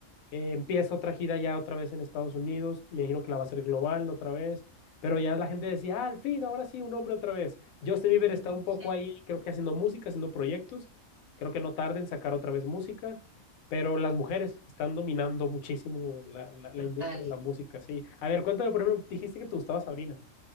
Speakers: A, on the left; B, on the right.
A: eh, empieza otra gira ya otra vez en Estados Unidos, me imagino que la va a hacer global otra vez, pero ya la gente decía, ah, al fin, ahora sí, un hombre otra vez. Justin Bieber está
B: ujú,
A: un poco
B: ujú.
A: ahí, creo que haciendo música, haciendo proyectos, creo que no tarda en sacar otra vez música, pero las mujeres están dominando muchísimo la, la- la
B: Total.
A: industria de la música, sí. A ver, cuéntame, por ejemplo, dijiste que te gustaba Sabrina.